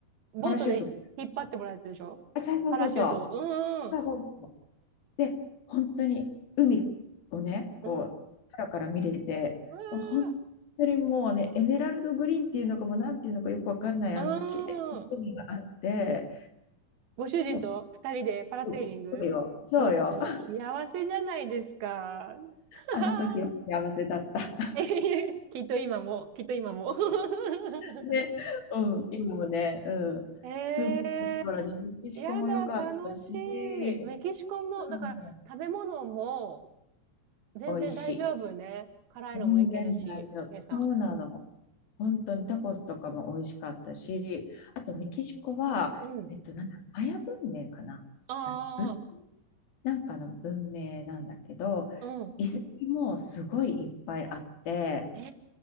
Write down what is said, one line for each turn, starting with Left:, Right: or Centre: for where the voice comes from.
Right: ボートで引っ張ってもらうやつでしょパラシュートを。
Left: パラシュートつけたあ、そうそうそうそう。
Right: うんうん
Left: そうそうそうそう。で、本当に海をね、こう、
Right: うん。うん。
Left: 空から見れて、
Right: うわ
Left: 本当にもうね、
Right: ー
Left: エメラルドグリーンっていうのかも、なんていうのかよくわかんない、
Right: あ
Left: あの、綺麗な海があって、
Right: あ、ご主人と二人でパラセーリングちょっともう幸せじゃないですか。
Left: もう、そうそうよ、そうよ。
Right: <laughs>
Left: あの時は幸せだった。
Right: えへへきっと今も、きっと今も。<laughs>
Left: ね、<laughs> うん、今もね、うん、
Right: え
Left: すっごい、ら、メキシコも良かったし、
Right: ー、やだ、楽しい。メキシコの、だから食べ物も
Left: うん、
Right: 全然大丈夫ね。
Left: 美味しい。
Right: 辛いのもいけるし、
Left: 全然大丈夫。
Right: 皆さん。
Left: そうなの。本当にタコスとかも美味しかったし、あとメキシコは、
Right: うん。
Left: えっと、なんだ、マヤ文明かなあ、
Right: ああ、
Left: うなんかの文明なんだけど、
Right: うん。
Left: 遺跡もすごいいっぱいあって、
Right: へ